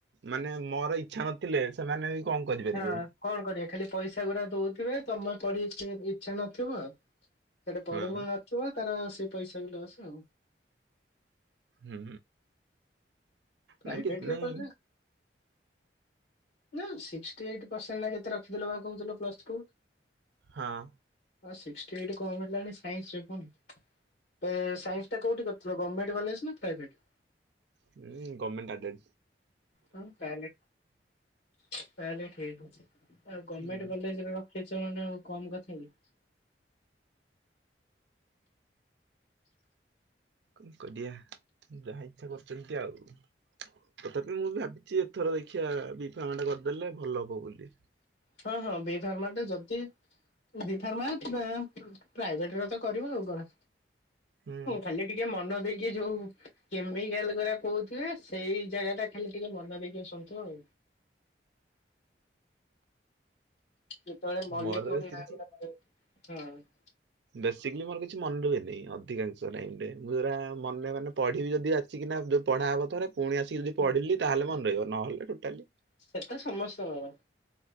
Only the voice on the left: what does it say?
ହଁ କଣ କରିବା ଖାଲି ପଇସା ଗୁଡା ଦଉଥିବେ ତମେ କରି ଇଚ୍ଛା ନଥିବ। ସେଠି ପଢୁବି
ନଥିବା ତାର ସେ ପଇସା ବି ଲସ ଆଉ।
ପ୍ରାଇଭେଟରେ
କଲେ। ନା ସିକ୍ସଟି ଏଇଟ ପରସେଣ୍ଟ ନା କେତେ ରଖିଥିଲ ବା କହୁଥିଲ ପ୍ଲସ ଟୁ
ହଁ ସିକ୍ସଟି ଏଇଟ କମ ହେଲାଣି ସାଇନ୍ସ ରେ କୁନ ଏ ସାଇନ୍ସ ଟା କୋଉଠି କରିଥିଲ ଗମେଣ୍ଟ କଲେଜ ନା ପ୍ରାଇଭେଟ?
ହଁ ତାହେଲେ ତାହେଲେ ଠିକ ଅଛି ଆଉ ଗମେଣ୍ଟ
କଲେଜ ର କେଚଳ ଟା ଆଉ କମ କଥା କି।
ହଁ ହଁ ବି ଫାର୍ମ ଟେ ଯଦି ବି ଫାର୍ମା ପ୍ରାଇଭେଟ ରେ ତ କରିବ ଆଉ କଣ
ଖାଲି ଟିକେ ମନ ଦେଇକି ଯୋଉ କେମିକାଲ କରା କହୁଥିବେ ସେଇ ଜାଗା ଟା ଖାଲି ଟିକେ ମନ ଦେଇକି ବସନ୍ତୁ ଆଉ। ଯେତେବେଳେ ମଲି
<unintelligible>
ହୁଁ।
ସେଟା ସମସ୍ତଙ୍କର।